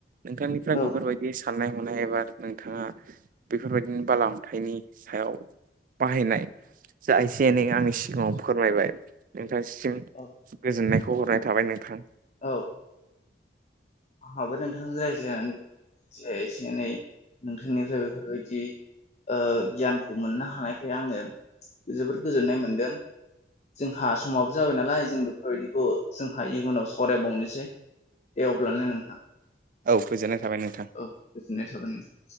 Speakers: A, on the right; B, on the left.
A: नोंथांनिफ्राय
B: औ
A: बेफोरबायदि साव साननाय हनाय एबा नोंथाङा बेफोरबायदिनि बाला-अन्थाइनि सायाव बाहायनाय जा एसे एनै आंनि सिगाङाव फोरमायबाय नोंथांसिम
B: औ
A: गोजोननायखौ हरनाय थाबाय नोंथां।
B: औ <unintelligible> जा एसे एनै नोंथांनिफ्राय बेफोरबायदि ओ गियानखौ मोननो हानाय खाय आङो जोबोर गोजोननाय मोनदों। जोंहा समाबो जाबाय नालाय जों बेफोरबायदिखौ जोंहा इयुनाव सावरायबावनोसै दे अब्ला ने नोंथां।
A: औ गोजोननाय थाबाय नोंथां
B: औ गोजोननाय थाबाय नोंथां।